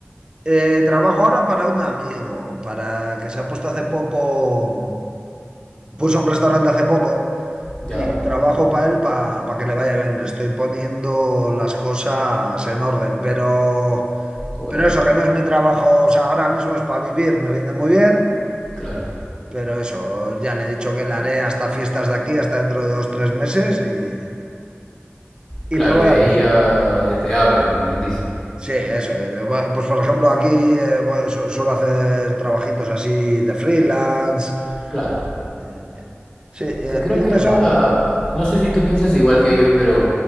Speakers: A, on the right (about 20°); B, on the left (about 20°).
A: Eh, trabajo ahora para un amigo, para que se ha puesto hace poco, puso un restaurante hace poco
B: Ya,
A: y trabajo para él para que le vaya bien. Le estoy poniendo las cosas en orden, pero...
B: bueno,
A: Pero eso, que no es mi trabajo, o sea, ahora mismo es para vivir, me viene muy bien,
B: claro.
A: pero eso, ya le he dicho que la haré hasta fiestas de aquí, hasta dentro de dos, tres meses y, y
B: Claro,
A: me voy
B: y de
A: a
B: ahí
A: lo mío.
B: ya, ya te abres, como quien dice.
A: Sí, eso. eh, va- Pues por ejemplo, aquí eh, bueno, su- suelo hacer trabajitos así de freelance.
B: Claro.
A: eh, sí, eh,
B: Que creo
A: y en
B: que es
A: eso
B: la...
A: ando.
B: No sé si tú piensas igual que yo, pero